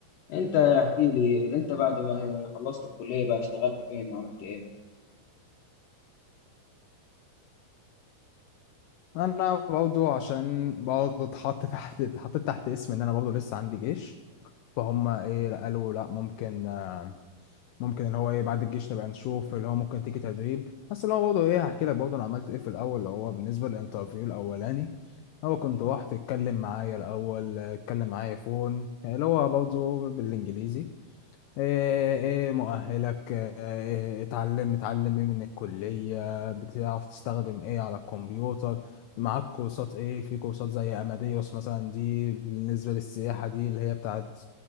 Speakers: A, on the left; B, on the left.
A: أنت احكي لي أنت بعد ما خلصت الكلية بقى اشتغلت فين وعملت إيه؟
B: انا برضو عشان برضو اتحط تحت اتحطيت تحت اسم ان انا برضو لسه عندي جيش فهم ايه قالوا لا ممكن آه، ممكن ان هو ايه بعد الجيش نبقى نشوف اللي هو ممكن تيجي تدريب بس اللي هو برضو ايه هحكي لك برضو انا عملت ايه في الاول اللي هو بالنسبه للانترفيو الاولاني هو كنت رحت اتكلم معايا الاول اتكلم معايا فون يعني اللي هو برضو بالانجليزي ايه إيه مؤهلك إيه اتعلم متعلم ايه من الكلية بتعرف تستخدم ايه على الكمبيوتر معاك كورسات ايه في كورسات زي اماديوس مثلا دي بالنسبة للسياحة دي اللي هي بتاعت